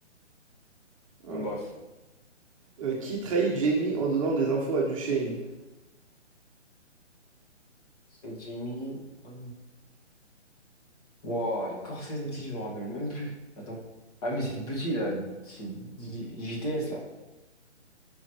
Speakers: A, on the right; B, on the left.
A: Ah
B: Donc,
A: ouais.
B: Bref.
A: Euh, qui trahit Jamie en donnant des infos à Duchesne?
B: Et Jamie. euh, Wow, les Corsairs aussi, je me rappelle même plus. Attends. Ah, mais c'est petit, là. C'est J- JTS, là.